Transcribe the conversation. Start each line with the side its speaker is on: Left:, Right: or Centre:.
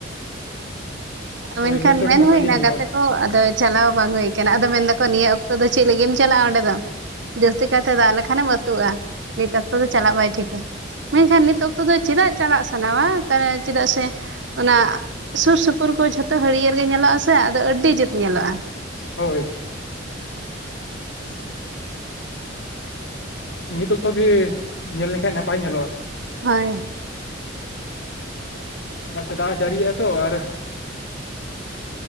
Right: ᱟᱨ
Left: ᱦᱳᱭ
Right: ᱢᱮᱱᱠᱷᱟᱱ
Left: ᱧᱮᱞ ᱫᱚ
Right: ᱢᱮᱱ
Left: ᱟᱹᱰᱤ ᱱᱟᱯᱟᱭ
Right: ᱦᱩᱭᱱᱟ
Left: ᱜᱮ ᱧᱮᱞᱚᱜᱼᱟ
Right: ᱜᱟᱛᱮ ᱛᱚ ᱟᱫᱚ ᱪᱟᱞᱟᱣ ᱵᱟᱝ ᱦᱩᱭ ᱟᱠᱟᱱᱟ ᱟᱫᱚ ᱢᱮᱱ ᱫᱟᱠᱚ ᱱᱤᱭᱟᱹ ᱚᱠᱛᱚ ᱫᱚ ᱪᱮᱫ ᱞᱟᱹᱜᱤᱫᱢ ᱪᱟᱞᱟᱜᱼᱟ ᱚᱸᱰᱮ <unintelligible> ᱡᱟᱹᱥᱛᱤ ᱠᱟᱭᱛᱮ ᱫᱟᱜ ᱞᱮᱠᱷᱟᱱᱮᱢ ᱟᱹᱛᱩᱜᱼᱟ ᱱᱤᱛ ᱚᱠᱛᱚ ᱫᱚ ᱪᱟᱞᱟᱜ ᱵᱟᱭ ᱴᱷᱤᱠᱟ ᱢᱮᱱᱠᱷᱟᱱ ᱱᱤᱛ ᱚᱠᱛᱚ ᱫᱚ ᱪᱮᱫᱟᱜ ᱪᱟᱞᱟᱜ ᱥᱟᱱᱟᱣᱟ ᱠᱟᱨᱚᱱ ᱪᱮᱫᱟᱜ ᱥᱮ ᱚᱱᱟ ᱥᱩᱨ ᱥᱩᱯᱩᱨ ᱠᱚ ᱡᱷᱚᱛᱚ ᱦᱟᱹᱨᱭᱟᱹᱲ ᱜᱮ ᱧᱮᱞᱚᱜ ᱟᱥᱮ ᱟᱫᱚ ᱟᱹᱰᱤ ᱡᱩᱛ ᱧᱮᱞᱚᱜᱼᱟ᱾
Left: ᱦᱳᱭ᱾ <inaudible> ᱱᱤᱛ ᱚᱠᱛᱚ ᱜᱮ ᱧᱮᱞ ᱞᱮᱱᱠᱷᱟᱡ ᱱᱟᱯᱟᱭ ᱧᱮᱞᱚᱜᱼᱟ᱾
Right: ᱦᱚᱭ᱾
Left: ᱱᱟᱥᱮ ᱫᱟᱜ ᱡᱟᱹᱲᱤᱭᱜᱼᱟ ᱛᱚ ᱟᱨ